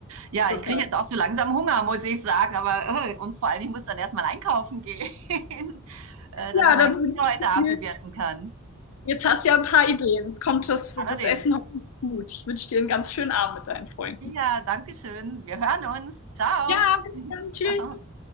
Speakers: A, on the right; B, on the left.
A: Ja,
B: Total.
A: ich kriege jetzt auch so langsam Hunger, muss ich sagen. Aber äh, und vor allem, ich muss dann erstmal einkaufen gehen, <laughs> äh,
B: Ja,
A: dass ich meine
B: dann
A: Kinder
B: wünsche
A: heute
B: ich
A: Abend
B: dir,
A: bewirten kann.
B: jetzt hast du ja ein paar Ideen. Jetzt kommt das,
A: Allerdings.
B: das Essen hoffentlich gut. Ich wünsche dir einen ganz schönen Abend mit deinen Freunden.
A: Ja, danke schön. Wir hören uns. Ciao.
B: Ja, bis
A: <laughs>
B: dann. Tschüss.
A: Ciao.